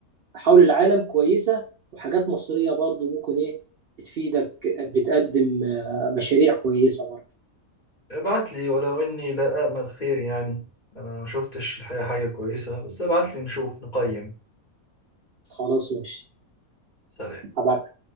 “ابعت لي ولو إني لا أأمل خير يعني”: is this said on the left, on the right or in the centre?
Left